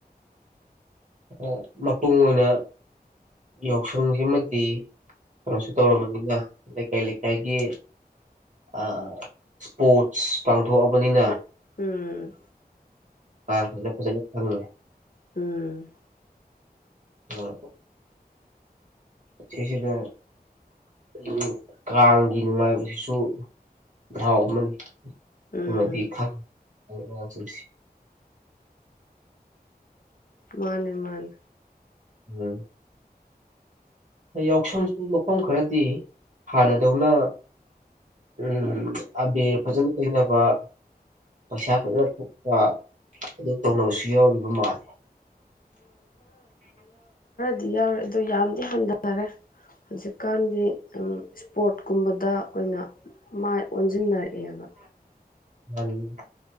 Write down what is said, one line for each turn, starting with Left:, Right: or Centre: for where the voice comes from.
Right: ꯑ ꯃꯄꯨꯡ ꯑꯣꯏꯅ ꯌꯥꯎꯁꯪ ꯁꯤꯃꯗꯤ ꯀꯩꯅꯣꯁꯨ ꯇꯧꯔꯕꯅꯤꯅ ꯂꯩꯀꯥꯏ ꯂꯩꯀꯥꯏꯒꯤ ꯑ ꯏꯁꯄꯣꯔꯠꯁ ꯄꯥꯡꯊꯣꯛꯑꯕꯅꯤꯅ
Left: ꯎꯝ
Right: ꯄꯥꯡꯊꯣꯛꯑꯕꯅꯤꯅ ꯐꯖꯅ ꯈꯪꯉꯦ
Left: ꯎꯝ
Right: ꯎꯝ ꯁꯤꯁꯤꯗ ꯑꯌꯨꯛ ꯑꯌꯨꯛ ꯀꯥꯡꯒꯤ ꯅꯨꯡꯉꯥꯏꯕꯁꯤꯁꯨ ꯃꯍꯥꯎ ꯑꯃꯅꯤ
Left: ꯎꯝ
Right: ꯁꯤꯃꯗꯤ ꯈꯪ ꯗ꯭ꯔꯦ ꯑꯉꯥꯡꯁꯤꯡꯁꯦ
Left: ꯃꯥꯅꯦ ꯃꯥꯅꯦ
Right: ꯎꯝ ꯌꯥꯎꯁꯪꯁꯨ ꯃꯐꯝ ꯈꯔꯗꯤ ꯍꯥꯟꯅꯗꯧꯅ ꯎꯝ ꯑꯕꯦꯔ ꯐꯖꯅ ꯇꯩꯅꯕ ꯄꯩꯁꯥ ꯐꯖꯅ ꯊꯠꯄ ꯑꯗꯨꯝ ꯇꯧꯅꯕꯁꯨ ꯌꯥꯎꯔꯤꯕ ꯃꯥꯜꯂꯦ
Left: ꯗꯤ ꯌꯥꯎꯔꯤ ꯑꯗꯨ ꯌꯥꯝꯗꯤ ꯍꯟꯗꯅꯔꯦ ꯍꯧꯖꯤꯛꯀꯥꯟꯗꯤ ꯎꯝ ꯏꯁ ꯄꯣꯠ ꯀꯨꯝꯕꯗ ꯑꯣꯏꯅ ꯃꯥꯏ ꯑꯣꯟꯖꯤꯟꯅꯔꯦ ꯀꯩ ꯍꯥꯏꯕ
Right: ꯃꯥꯅꯤ